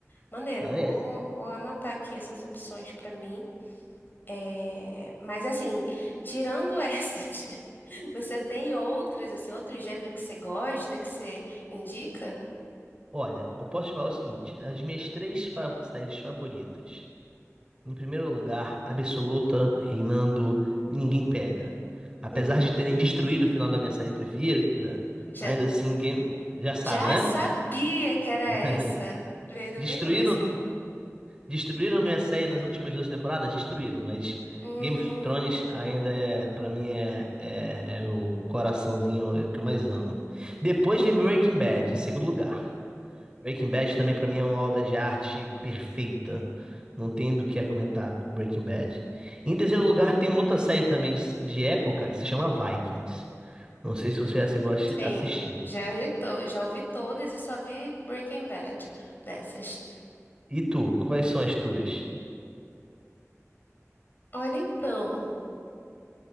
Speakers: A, on the left (about 40°); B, on the right (about 15°).
A: Maneiro,
B: parece.
A: vou, vou anotar aqui essas opções para mim. É, mas assim, tirando essas, <laughs> você tem outras, assim, outro gênero que você gosta, que você indica?
B: Olha, eu posso te falar o seguinte: as minhas três fa- séries favoritas. Em primeiro lugar, absoluta, reinando, ninguém pega. Apesar
A: Hum,
B: de terem destruído o final da minha série preferida,
A: já,
B: ainda assim, game... já sabe,
A: já
B: né?
A: sabia que era
B: <laughs>
A: essa. Veio na
B: Destruíram,
A: minha cabeça.
B: destruíram minha série nas últimas duas temporadas? Destruíram, mas
A: Uhum.
B: Game of Thrones ainda é, pra mim, é, é, é o coraçãozinho que eu mais amo. Depois vem
A: <laughs>
B: Breaking Bad, em segundo lugar. Breaking Bad também pra mim é uma obra de arte perfeita. Não tem do que argumentar Breaking Bad. Em terceiro lugar, tem uma outra série também de, de época que se chama Vikings. Não sei se você já chegou a assi-
A: Sim,
B: assistir.
A: já vi, to- já ouvi todas e só vi Breaking Bad dessas.
B: E tu, quais são as tuas?
A: Olha, então,